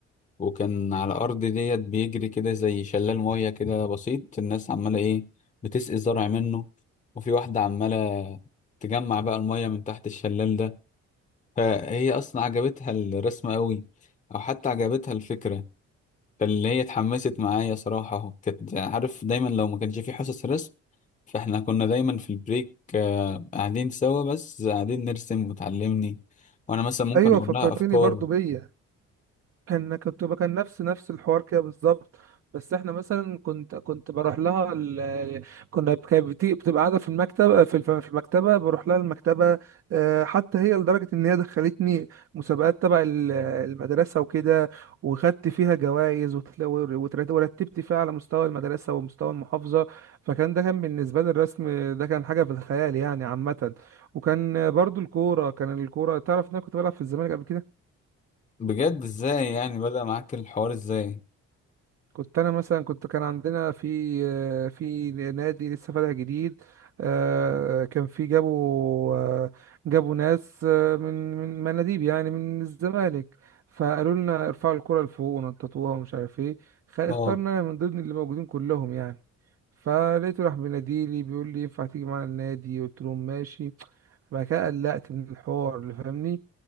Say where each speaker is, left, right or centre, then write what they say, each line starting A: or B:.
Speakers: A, on the left (about 25°); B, on the right (about 50°).
A: وكان على الارض ديت بيجري كده زي شلال ميه كده بسيط الناس عماله ايه بتسقي الزرع منه وفي واحده عماله تجمع بقى الميه من تحت الشلال ده فهي اصلا عجبتها الرسمة قوي او حتى عجبتها الفكرة فاللي هي اتحمست معايا صراحة اهو كانت عارف دايما لو ما كانش في حصص رسم فاحنا كنا دايما في البريك آه، قاعدين سوا بس قاعدين نرسم وتعلمني وانا مثلا ممكن
B: ايوه
A: اقول
B: فكرتني
A: لها افكار
B: برضو بيا كان كنت بقى- كان نفس نفس الحوار كده بالظبط بس احنا مثلا كنت كنت بروح لها ال... <laughs> كنا ب- كانت بتي- بتبقى قاعده في المكتب في الف- في المكتبه بروح لها المكتبه آه، حتى هي لدرجه ان هي دخلتني مسابقات تبع ال- المدرسه وكده وخدت فيها جوائز ورتبت فيها على مستوى المدرسه ومستوى المحافظه فكان ده كان بالنسبه لي الرسم ده كان حاجه في الخيال يعني عامه وكان برضو الكوره كان الكوره تعرف ان انا كنت بلعب في الزمالك قبل كده
A: بجد ازاي يعني بدأ معاك الحوار ازاي
B: كنت انا مثلا كنت كان عندنا في آه، في نادي لسه فاتح جديد آه، كان في جابوا آه، جابوا ناس آه، من من مناديب يعني من الزمالك فقالوا لنا ارفعوا الكرة لفوق ونططوها ومش عارف ايه خ- اخترنا
A: اه
B: من ضمن اللي موجودين كلهم يعني فلقيته راح بيناديلي بيقول لي ينفع تيجي معانا النادي قلت له ماشي بعد كده قلقت من الحوار اللي فاهمني